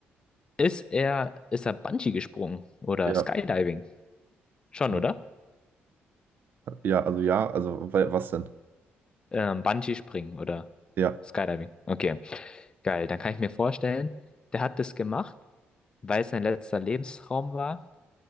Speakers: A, on the left; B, on the right.
A: ist er, ist er Bungee gesprungen oder
B: ja.
A: Skydiving? Schon,
B: nein.
A: oder?
B: Ja, also ja, also wa- was denn?
A: Ähm, Bungee springen oder
B: Ja.
A: Skydiving. Okay, geil. Dann kann ich mir vorstellen, der hat das gemacht, weil es sein letzter Lebensraum war